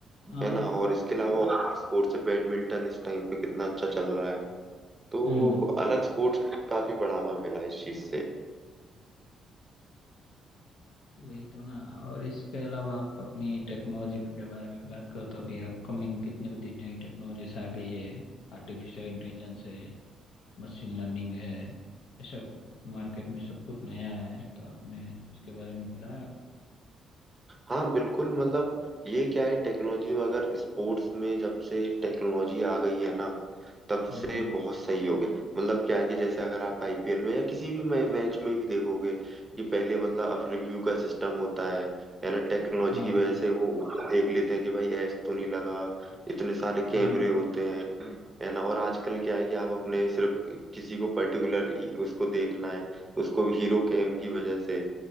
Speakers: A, on the left (about 80°); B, on the right (about 15°).
A: हाँ
B: है ना और इसके अलावा और स्पोर्ट्स है बैडमिंटन इस टाइम पे कितना अच्छा चल रहा है तो
A: हम्म
B: अलग स्पोर्ट्स को काफी बढ़ावा मिला इस चीज से
A: वही तो ना और इसके अलावा आप अपनी टेक्नोलॉजी के बारे में बात करो तो अभी अपकमिंग कितनी बड़ी नई टेक्नोलॉजीज आ गई है आर्टिफिशियल इंटेलिजेंस है मशीन लर्निंग है ये सब मार्केट में सब कुछ नया है तो आपने इसके बारे में पढ़ा
B: हाँ बिल्कुल मतलब ये क्या है टेक्नोलॉजी अगर स्पोर्ट्स में जब से टेक्नोलॉजी आ गई है ना तब
A: हम्म
B: से बहुत सही हो गया मतलब क्या है कि जैसे अगर आप आईपीएल में या किसी भी मै- मैच में भी देखोगे कि पहले मतलब अब रिव्यू का सिस्टम होता है है ना टेक्नोलॉजी
A: हाँ
B: की वजह से वो देख लेते हैं कि भाई ऐस तो नहीं लगा इतने सारे कैमरे
A: हम्म
B: होते हैं है ना और आजकल क्या है कि आप अपने सिर्फ किसी को पर्टिकुलर उसको देखना है उसको भी हीरो कैम की वजह से